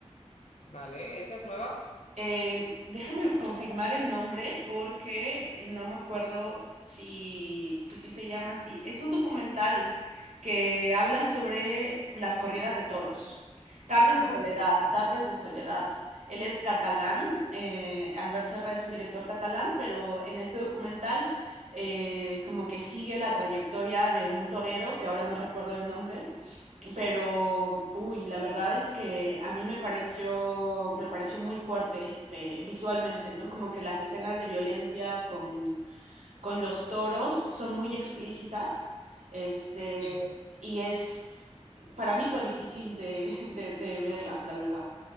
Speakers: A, on the left; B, on the right.
A: Vale, ¿esa es nueva?
B: Eh, déjame confirmar el nombre porque no me acuerdo si, si, si se llama así. Es un documental que habla sobre las corridas de toros. Tardes
A: Ah,
B: de soledad,
A: qué bueno.
B: tardes de soledad. Él es catalán, eh, Albert Serra es un director catalán, pero en este documental eh, como que sigue la trayectoria de un torero, que ahora no recuerdo el nombre, pero, uy, la verdad es que a mí me pareció, me pareció muy fuerte de, visualmente, ¿no? Como que las escenas de violencia con, con los toros son muy explícitas, este,
A: Sí,
B: y es, para mí fue difícil de, de, de verla, la verdad.